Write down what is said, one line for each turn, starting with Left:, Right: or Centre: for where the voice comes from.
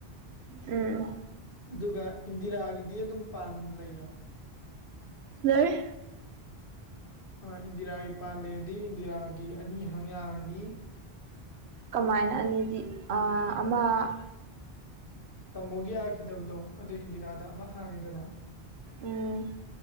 Right: ꯎꯝ
Left: ꯑꯗꯨꯒ ꯏꯟꯗꯤꯔꯥꯒꯤꯗꯤ ꯑꯗꯨꯝ ꯄꯥꯟ ꯂꯩꯔ
Right: ꯂꯔ
Left: ꯑ ꯏꯟꯗꯤꯔꯥꯒꯤ ꯄꯥꯜꯂꯦꯗꯤ ꯏꯟꯗꯤꯔꯥꯒꯤ ꯑꯅꯤ ꯍꯪ ꯌꯥꯔꯅꯤ
Right: ꯀꯃꯥꯏꯅ ꯑꯅꯤꯗꯤ ꯑꯃ
Left: ꯇꯝꯃꯧꯒꯤ ꯌꯥꯈꯤꯗꯕꯗꯣ ꯑꯗꯨ ꯏꯟꯗꯤꯔꯥꯗ ꯑꯃ ꯍꯥꯡꯉꯦꯗꯅꯍ
Right: ꯎꯝ